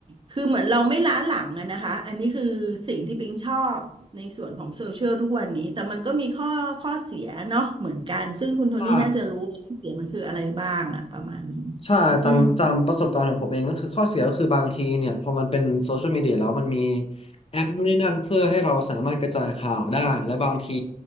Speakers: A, on the right; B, on the left.
A: คือเหมือนเราไม่ล้าหลังอะนะคะอันนี้คือสิ่งที่ปิงชอบในส่วนของโซเชียลทุกวันนี้แต่มันก็มีข้อข้อเสียเนาะเหมือนกันซึ่งคุณโทนี่น่าจะรู้ว่าข้อเสียมันคืออะไรบ้างอะประมาณนี้
B: ใช่ใช่ตามตามประสบการณ์ของผมเองก็คือข้อเสียก็คือบางทีเนี่ยพอมันเป็นโซเชียลมีเดียแล้วมันมี
A: อืม
B: แอปนู่นนี่นั่นเพื่อให้เราสามารถกระจายข่าวได้และบางที